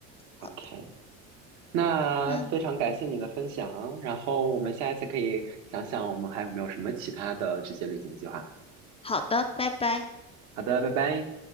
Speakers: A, on the left; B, on the right.
A: 好，
B: ，OK，那非常感谢你的分享，
A: 那
B: 然后我们下一次可以想想我们还有没有什么其他的这些旅行计划。
A: 好的，拜拜。
B: 好的，拜拜。